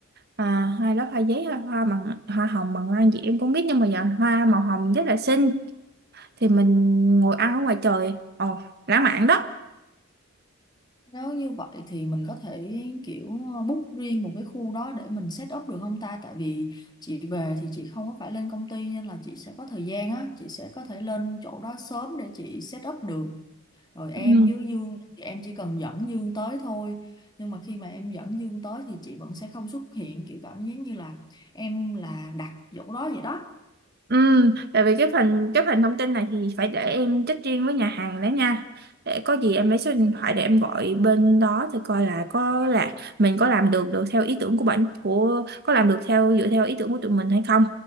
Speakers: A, on the right; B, on the left.
A: À, hai đó hoa giấy hoa, hoa bằng hoa hồng bằng lan gì em cũng biết nhưng mà giờ hoa màu hồng rất là xinh thì mình ngồi ăn ở ngoài trời ồ lãng mạn đó
B: nếu như vậy thì mình có thể kiểu ờ, book riêng một cái khu đó để mình set up được không ta tại vì chị về thì chị không có phải lên công ty nên là chị sẽ có thời gian á chị sẽ có thể lên chỗ đó sớm để chị set up được rồi em
A: Ừ.
B: với Dương thì em chỉ cần dẫn Dương tới thôi nhưng mà khi mà em dẫn Dương tới thì chị vẫn sẽ không xuất hiện kiểu cảm giác như là em là đặt chỗ đó vậy đó
A: ừ, tại vì cái phần cái phần thông tin này thì phải để em check riêng với nhà hàng đó nha để có gì em lấy số điện thoại để em gọi bên đó thì coi là có là mình có làm được được theo ý tưởng của bạn của có làm được theo dựa theo ý tưởng của tụi mình hay không